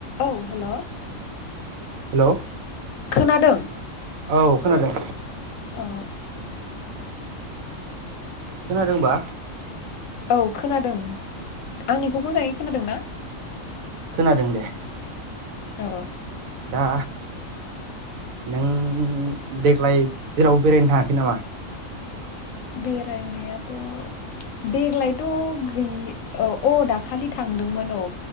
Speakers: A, on the left (about 75°); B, on the right (about 80°).
A: औ hello
B: hello
A: खोनादों
B: औ खोनादों।
A: अ
B: खोनादोंबा।
A: औ खोनादों आंनिखौ मोजाङै खोनादों ना।
B: खोनादों दे।
A: अ।
B: दा नों देग्लाय जेरावबो बेरायनो थाङाखै नामा?
A: बेरायनायाथ' देग्लायथ' गैयि औ अ दाखालि थांदोंमोन औ।